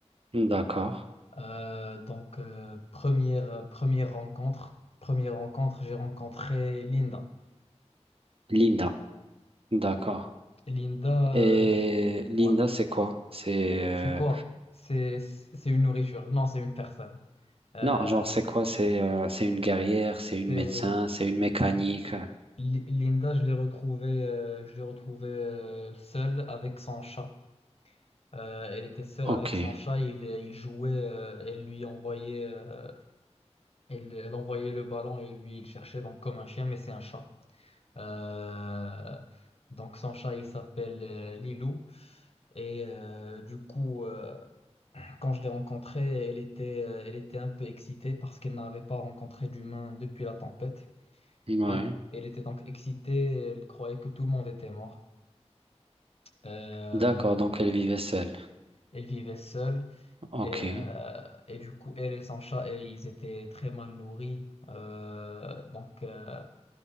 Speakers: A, on the right; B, on the left.
A: d'accord.
B: Euh, donc, euh, première, euh, première rencontre, première rencontre, j'ai rencontré Linda.
A: Linda, d'accord.
B: Linda,
A: Et
B: euh, je-
A: Linda,
B: ouais,
A: c'est quoi? C'est... euh,
B: c'est quoi? C'est, c'est une nourriture. Non, c'est une personne. Euh,
A: Non, genre, c'est quoi? C'est euh, c'est une guerrière, c'est une
B: c'est
A: médecin, c'est une mécanique.
B: Li- Linda, je l'ai retrouvée, euh, je l'ai retrouvée euh, seule avec son chat. Euh, elle était seule
A: Ok,
B: avec son chat, il, il jouait, euh, elle lui envoyait, euh, elle, elle envoyait le ballon et lui il cherchait donc comme un chien, mais c'est un chat. Euh, donc son chat il s'appelle euh, Lilou et euh, du coup euh, quand je l'ai rencontrée, elle était, euh, elle était un peu excitée parce qu'elle n'avait pas rencontré d'humain depuis la tempête.
A: ouais.
B: Et elle était donc excitée, elle croyait que tout le monde était mort. Euh,
A: D'accord, donc elle vivait seule.
B: elle vivait seule.
A: Ok.
B: Et, euh, et du coup, elle et son chat, et ils étaient très mal nourris. Euh, donc, euh,